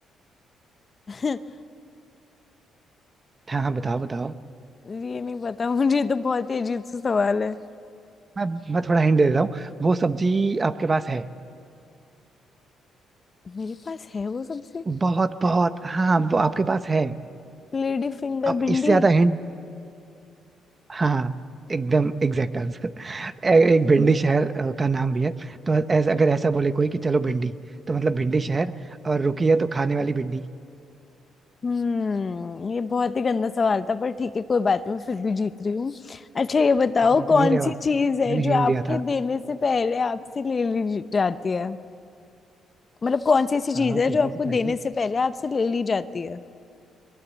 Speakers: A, on the left; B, on the right.
A: <laughs>
B: हाँ हाँ बताओ बताओ
A: ये नहीं पता मुझे ये तो बहुत ही अजीब सा सवाल है
B: मैं मैं थोड़ा हिंट दे देता हूँ वो सब्जी आपके पास है
A: मेरे पास है वो सबसे
B: बहुत बहुत हाँ वो आपके पास है
A: लेडी फिंगर
B: अब
A: भिंडी
B: इससे ज्यादा हिंट हाँ एकदम एग्जैक्ट आंसर एक भिंडी शहर अ, का नाम भी है तो ऐसा अगर ऐसा बोले कोई कि चलो भिंडी तो मतलब भिंडी शहर और रुकी है तो खाने वाली भिंडी
A: हम्म ये बहुत ही गंदा सवाल था पर ठीक है कोई बात नहीं मैं फिर भी जीत रही हूँ अच्छा ये बताओ
B: जीत
A: कौन
B: नहीं रहे हो
A: सी
B: आप
A: चीज है
B: मैंने
A: जो
B: हिंट
A: आपके
B: दिया था
A: देने से पहले आपसे ले ली जाती है मतलब कौन सी ऐसी चीज
B: हाँ
A: है
B: देने
A: जो आपको
B: से
A: देने
B: पहले
A: से पहले आपसे ले ली जाती है